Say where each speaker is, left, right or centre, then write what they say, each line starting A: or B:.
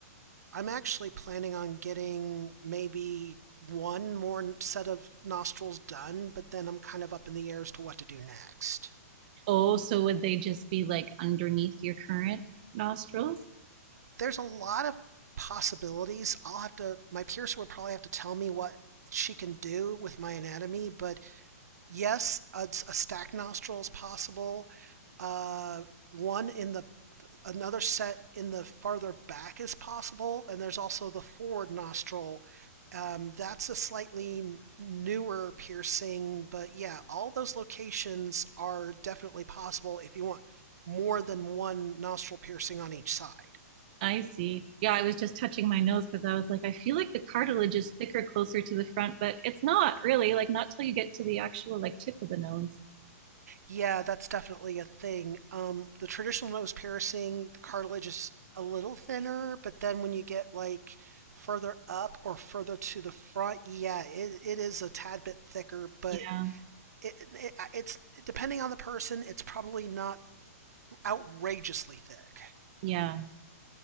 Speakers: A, on the right; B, on the right.
A: I'm actually planning on getting maybe one more set of nostrils done, but then I'm kind of up in the air as to what to do next.
B: Oh, so would they just be like underneath your current nostrils?
A: There's a lot of possibilities. I'll have to. My piercer would probably have to tell me what she can do with my anatomy, but yes, a, a stack nostril is possible. Uh, one in the another set in the farther back is possible, and there's also the forward nostril. Um, that's a slightly newer piercing, but yeah, all those locations are definitely possible if you want more than one nostril piercing on each side.
B: I see. Yeah, I was just touching my nose because I was like, I feel like the cartilage is thicker closer to the front, but it's not really like not till you get to the actual like tip of the nose.
A: Yeah, that's definitely a thing. Um, the traditional nose piercing, the cartilage is a little thinner, but then when you get like further up or further to the front, yeah, it, it is a tad bit thicker, but
B: Yeah,
A: it, it, it's depending on the person, it's probably not outrageously thick.
B: yeah,